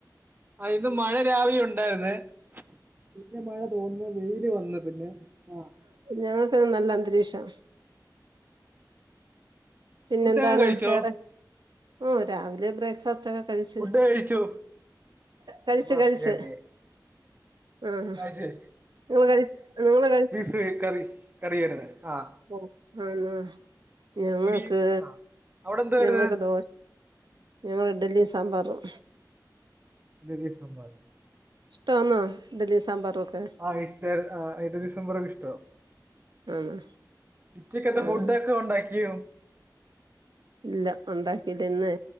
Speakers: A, on the right; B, on the right.
A: ആ ഇന്ന് മഴ രാവിലെ ഉണ്ടായിര്ന്ന് പിന്നെ മഴ പോന്ന് വെയില് വന്ന് പിന്നെ ആഹ്
B: ഞങ്ങക്ക്ന്ന് നല്ലന്തരീക്ഷ പിന്നെന്താണ്
A: ഫുഡൊക്കെ കഴിച്ചോ
B: വേറെ ഓ രാവിലെ ബ്രേക്ക് കൊർച്ചൊക്കെ കഴിച്ചു
A: ഫുഡ് കഴിച്ചു
B: കഴിച്ചു
A: ബ്രേക്ക്ഫാസ്റ്റ്
B: കഴിച്ച്
A: കഴിഞ്ഞ്
B: ആഹ്
A: കഴിച്ച്
B: ങ്ങള് കഴി ങ്ങള് കഴി
A: ഹ് കറി കറിയാര്ന്ന് ആഹ്
B: ഓ ആണോ ഞങ്ങക്ക്
A: ഇടി ആ അവിടെ എന്ത് വരുന്നെ
B: ഞങ്ങക്ക് ദോ ഞങ്ങള് ഡ്ഢലി സാമ്പാറും
A: ഇഡ്ഢലി സാമ്പാറ്
B: ഇഷ്‌ടാന്നോ ഇഡലി സാമ്പാറൊക്കെ
A: ആഹ് ഇഷ്ട ആ ഇഡലിസാമ്പാറൊക്കെഷ്ടാ
B: ആണോ
A: ഉച്ചക്കത്തെ
B: ആ
A: ഫുഡൊക്കെ ഒണ്ടാക്യോ
B: ഇല്ല ഒണ്ടാക്കില്ല ന്ന്